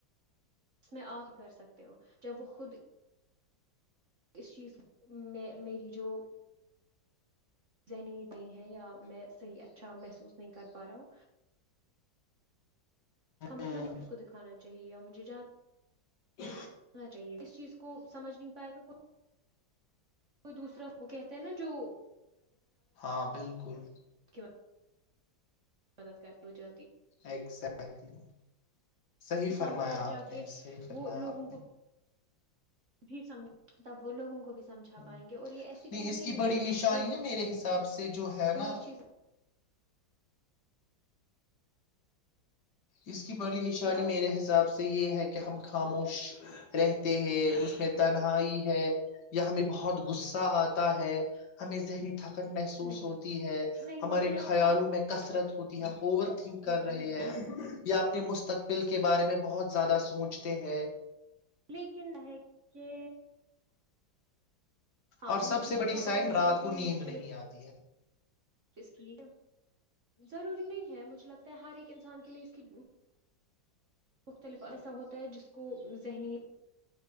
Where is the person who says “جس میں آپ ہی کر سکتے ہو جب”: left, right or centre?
Right